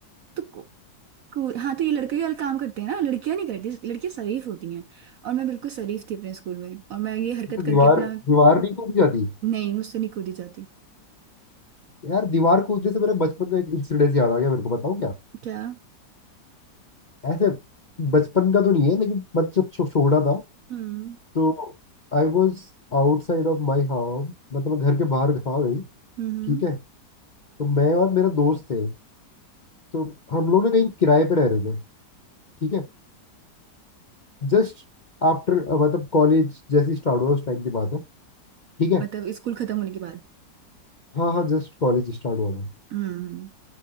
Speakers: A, on the right; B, on the left.
A: तो कूल हाँ तो ये लड़के ही काम करते हैं ना लड़कियां नहीं करती लड़कियां शरीफ होती हैं और मैं बिल्कुल शरीफ थी अपने स्कूल में और मैं ये हरकत
B: तो
A: करके
B: दीवार
A: अपना
B: दीवार नहीं कूदी जाती
A: नहीं मुझसे नहीं कूदी जाती
B: यार दीवार कूदने से मेरे बचपन का एक इंसिडेंस याद आ गया मेरे को बताओ क्या
A: क्या
B: ऐसे बचपन का तो नहीं है लेकिन मैं जब छो- छोटा था
A: हम्म
B: तो I was outside of my house मतलब मैं घर के बाहर था वही
A: हम्म हम्म।
B: ठीक है तो मैं और मेरा दोस्त थे तो हम लोग ना कहीं किराए पे रह रहे थे ठीक है जस्ट आफ्टर मतलब कॉलेज जैसे स्टार्ट हुआ उस टाइम की बात है ठीक है
A: मतलब स्कूल खत्म होने के बाद
B: हाँ हाँ जस्ट कॉलेज स्टार्ट हुआ था
A: हम्म हम्म।